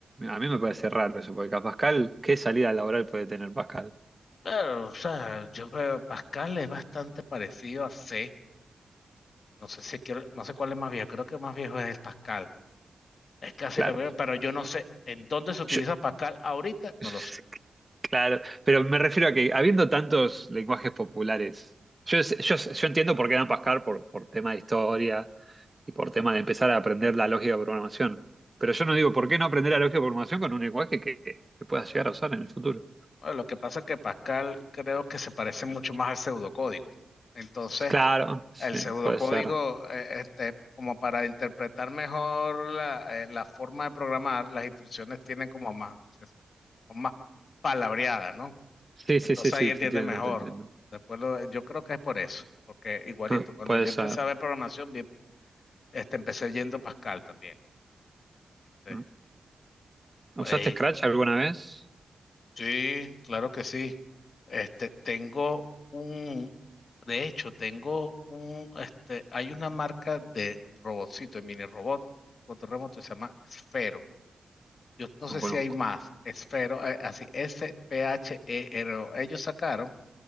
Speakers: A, on the right; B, on the left.
A: A mí me parece raro eso, porque a Pascal, ¿qué salida laboral puede tener Pascal?
B: pero, o sea, yo creo Pascal es bastante parecido a C. No sé si quiero, no sé cuál es más viejo, creo que más viejo es el Pascal. Es casi
A: Claro.
B: la misma, pero yo no sé en dónde se utiliza
A: Yo-
B: Pascal ahorita, no
A: <laughs>
B: lo sé.
A: claro, pero me refiero a que habiendo tantos lenguajes populares, yo, sé- yo, sé- yo entiendo por qué dan Pascal por, por tema de historia y por tema de empezar a aprender la lógica de programación. Pero yo no digo, ¿por qué no aprender la lógica de programación con un lenguaje que, que puedas llegar a usar en el futuro?
B: Bueno, lo que pasa es que Pascal creo que se parece mucho más al pseudocódigo. Entonces,
A: Claro, sí,
B: el pseudocódigo,
A: puede ser.
B: eh, este, como para interpretar mejor la, eh, la forma de programar, las instrucciones tienen como más, son más palabreadas, ¿no?
A: Sí, sí,
B: Entonces
A: sí, sí,
B: ahí entiende
A: te entiendo,
B: mejor.
A: te entiendo.
B: Después lo- yo creo que es por eso, porque igualito,
A: Ah,
B: cuando
A: puede
B: yo
A: ser.
B: empecé a ver programación, vi- este, empecé yendo Pascal también. eh,
A: ¿no? ¿Usaste
B: Este,
A: Scratch alguna vez?
B: Sí, claro que sí. Este, tengo un, de hecho, tengo un, este, hay una marca de robotcito, de mini robot, control remoto, se llama Esfero. Yo no sé
A: No conozco.
B: si hay más, Esfero, eh, así, S-P-H-E-R-O. Ellos sacaron